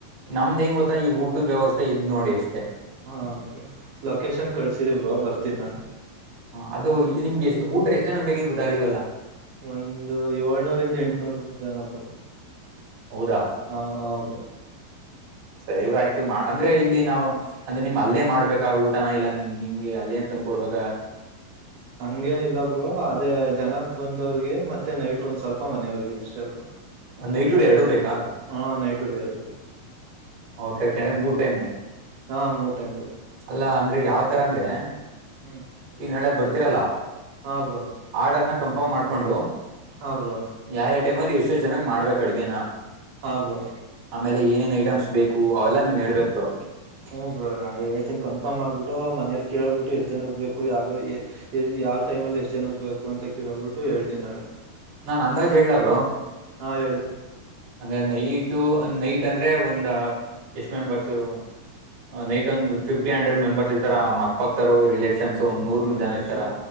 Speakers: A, on the right; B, on the right.
A: ನಮ್ದ್ ಹೆಂಗ ಗೊತ್ತಾ ಈ ಊಟದ ವ್ಯವಸ್ಥೆ ಇದ್ ನೋಡಿ ಅಷ್ಟೇ
B: ಹಾ ಬೋ ಲೊಕೇಶನ್ ಕಳ್ಸರಿ ಬ್ರೋ ಬರ್ತೀನಿ ನಾನು
A: ಹ ಅದು ನಿಮ್ಗೆ ಎ ಊಟ ಎಷ್ಟು ಜನ ಬೇಕ್ ಗೂತ್ತಾ ಅ ಈವಲ್ಲ
B: ಒಂದು ಏಳ್ನೂರಿಂದ ಎಂಟುನೂರು ಜನಬ
A: ಹೌದಾ
B: ಹಾ ಹ್ರೋ
A: ಸ ಇವ್ರಾಯ್ತು ಅಂದ್ರೆ ಇಲ್ಲಿ ನಾವು ಅಂದ್ರೆ ನಿಮ್ ಅಲ್ಲೇ ಮಾಡ್ಬೇಕಾ ಊಟನ ಇಲ್ಲ ನಿಮ್ಗೆ ಅಲ್ಲೇ ಅಂತಂದ ಕೊಡ್ಬೇಕಾ
B: ಹಂಗೇನಿಲ್ಲ ಬ್ರರು ಅದೇ ಜನಕ್ ಬಂದವ್ರಿಗೆ ಮತ್ತೆ ನೈಟ್ ಒಂದ್ ಸ್ವಲ್ಪ ಮನೆಯವ್ರಿಗೆ ಅಷ್ಟೆಲ್
A: ಒಂದ್ ಐಟ ಡ ಎರಡು ಬೇಕಾ
B: ಹಾ ನೈಟ್ ಡೇ ಅವ
A: ಓಕೆ ಓಕೆರೆ ಮೂರು ಮ್
B: ಹಾ ಮೋಟೈಮರು
A: ಅಲ್ಲಾ ಅಂದ್ರೆ ಯಾವ್ ತರ ಅಂದ್ರೆ
B: ಹ್ಮ್
A: ಈಗ ನಾಳೆ ಬರ್ತಿರಲ್ಲ
B: ಹಾ ಬ್ರೋ
A: ಆರ್ಡರ್ನ ಕನ್ಫರ್ಮ್ ಮಾಡ್ಕೊಂಡು
B: ಹಾ ಬ್ರೋ
A: ಯಾವ ಟೈಮ ಅಲ್ಲಿ ಎಷ್ಟ ಜನಗ್ ಮಾಡ್ಬೇಕಕ್ ಅಡ್ಗೇನ
B: ಹಾ ಬ್ರೋ
A: ಆಮೇಲೆ ಏನೇನ್ ಐಟಮ್ಸ್ ಬೇಕು ಅವೆಲ್ಲಾ ನೀವ ಹೇಳ್ಬೇಕಕ್ ಬ್ರೋ
B: ಹ್ಮ್ ಬ್ರ ನಾ ಹೇಳ್ತಿನಿ ಕನ್ಫರ್ಮ್ ಮಾಡ್ಬಿಟ್ಟು ಮನೇಲಿ ಕೇಳ್ಬಿಟ್ಟು ಎಷ್ಟ್ ಜನಗ್ ಬೇಕು ಯಕೆ ಎ ಯಾವ ಟೈಮ್ಲ ಎಷ್ಟ್ ಜನಕ್ಕೆ ಬು ಅಂತ ಕೇಳ್ಬಿಟ್ಟು ಹೇಳ್ತಿನಿ ನಾಳೆ
A: ನಾನ್ ಅಂದಾಜ್ ಹೇಳಲಬ್ರು
B: ಹಾಂ ಎ
A: ಅಂದ್ರೆ ನೈಟ ನೈಟ್ ಅಂದ್ರೆ ಒಂದ್ ಹಫ್ ಎಷ್ಟ್ ಮೆಂಬರ್ಸು ನೈಟ್ ಒಂದು ಫಿಫ್ಟಿ ಹಂಡ್ರೆಡ್ ಮೆಂಬರ್ ಇರ್ತಾರ ಮಕ್ ಪಕ್ತಾರ ರಿಲೇ ಒಂದ್ ನೂರ್
B: ಹಾ ರಿಲೇಷನ್
A: ಜನ ಇರ್ತಾರ